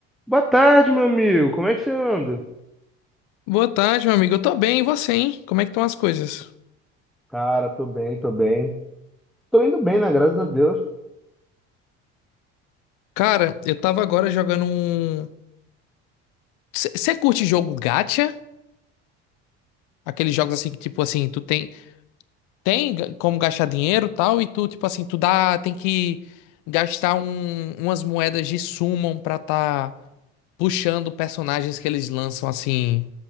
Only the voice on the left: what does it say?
Boa tarde, meu amigo. Eu tô bem, e você, hein? Como é que estão as coisas?
Cara, eu tava agora jogando um. Você curte jogo gacha? Aqueles jogos assim que, tipo assim, tu tem tem ga- como gastar dinheiro e tal, e tu, tipo assim, tu dá, tem que gastar um- umas moedas de summon pra tá puxando personagens que eles lançam assim